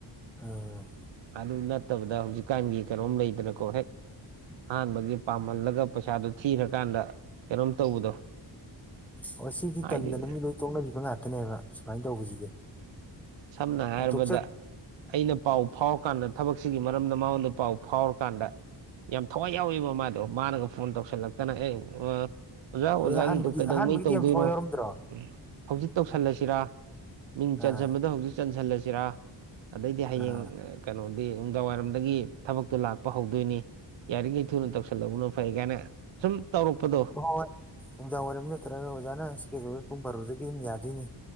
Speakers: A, in the centre; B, on the right (about 75°).
A: ꯑ꯫
B: ꯑꯗꯨ ꯅꯠꯇꯕꯗ ꯍꯧꯖꯤꯛꯀꯥꯟꯒꯤ ꯀꯩꯅꯣꯝ ꯂꯩꯗꯅꯀꯣ ꯍꯦꯛ꯫ ꯑꯍꯥꯟꯕꯒꯤ ꯄꯥꯝꯍꯜꯂꯒ ꯄꯩꯁꯥꯗꯨ ꯊꯤꯔꯀꯥꯟꯗ ꯀꯩꯅꯣꯝ ꯇꯧꯕꯗꯣ꯫
A: ꯑꯣ ꯁꯤꯗꯤ
B: ꯍꯥꯏꯗꯤ
A: ꯇꯟꯗꯅ ꯃꯤ ꯂꯣꯏ ꯇꯣꯛꯅꯈꯤꯕ ꯉꯥꯛꯇꯅꯦꯕ ꯁꯨꯃꯥꯏꯅ ꯇꯧꯕꯁꯤꯗꯤ꯫
B: ꯁꯝꯅ ꯍꯥꯏꯔꯕꯗ꯫
A: ꯑꯗꯨꯝ ꯇꯣꯛꯆ
B: ꯑꯩꯅ ꯄꯥꯎ ꯐꯥꯎꯔꯀꯥꯟꯗ ꯊꯕꯛꯁꯤꯒꯤ ꯃꯔꯝꯗ ꯃꯉꯣꯟꯗ ꯄꯥꯎ ꯐꯥꯎꯔꯀꯥꯟꯗ ꯌꯥꯝ ꯊꯋꯥꯏ ꯌꯥꯎꯋꯕ ꯃꯥꯗꯣ ꯃꯥꯅꯒ ꯐꯣꯟ ꯇꯧꯁꯜꯂꯛꯇꯅ ꯑꯦ ꯑꯣꯖꯥ ꯑꯣꯖꯥꯒꯤꯗꯣ
A: ꯍꯣꯏ ꯑꯍꯥꯟꯕꯒꯤ
B: ꯀꯩꯗꯧꯉꯩ
A: ꯑꯍꯥꯟꯕꯒꯤꯗꯤ
B: ꯇꯧꯗꯣꯏꯅꯣ
A: ꯌꯥꯝ ꯊꯋꯥꯏ ꯌꯥꯎꯔꯝꯗ꯭ꯔꯣ
B: ꯎꯝ ꯍꯧꯖꯤꯛ ꯇꯧꯁꯜꯂꯁꯤꯔꯥ ꯃꯤꯡ
A: ꯑꯥ
B: ꯆꯟꯁꯤꯟꯕꯗ ꯍꯧꯖꯤꯛ ꯆꯟꯁꯤꯜꯂꯁꯤꯔꯥ ꯑꯗꯩꯗꯤ ꯍꯌꯦꯡ
A: ꯑꯥ
B: ꯀꯩꯅꯣꯗꯤ ꯅꯨꯡꯗꯥꯡꯋꯥꯏꯔꯝꯗꯒꯤ ꯊꯕꯛꯇꯣ ꯂꯥꯛꯄ ꯍꯧꯗꯣꯏꯅꯤ ꯌꯥꯔꯤꯈꯩ ꯊꯨꯅ ꯇꯧꯁꯜꯂꯧꯕꯅꯣ ꯐꯩ ꯀꯥꯏꯅ ꯁꯨꯝ ꯇꯧꯔꯛꯄꯗꯣ
A: ꯍꯣꯏ ꯍꯣꯏ ꯅꯨꯡꯗꯥꯡ ꯋꯥꯏꯔꯝ ꯅꯠꯇ꯭ꯔꯒ ꯑꯣꯖꯥꯅ ꯁꯤ ꯀꯩꯗꯧ ꯄꯨꯡ ꯄꯔꯗꯒꯤ ꯑꯗꯨꯝ ꯌꯥꯗꯣꯏꯅꯤ